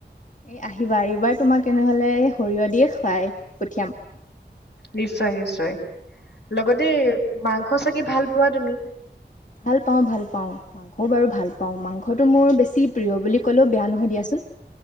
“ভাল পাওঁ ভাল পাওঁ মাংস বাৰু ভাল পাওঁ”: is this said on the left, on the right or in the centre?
Left